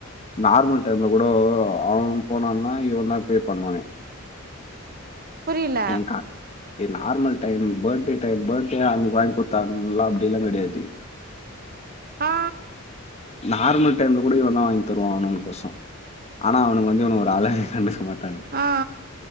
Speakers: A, on the left; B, on the right.
A: நார்மல் டைம்ல் கூடோ அவ போனான்னா இவன் தா பே பண்ணுவானே
B: புரியல
A: என்க்கா ஏ normal time birthday time birthday அவனுக் வாங்கி குடுத்தான்ல்லா அப்டில்லாங் கெடயாது
B: ஆ
A: நார்மல் டைம்ல கூட இவன் தா வாங்கி தருவா அவனுக்கோசோ ஆனா அவனுக்கு வந்து இவ ஒரு ஆளாவே கண்டுக்க மாட் பண்ணுங்க
B: ஆ ஆ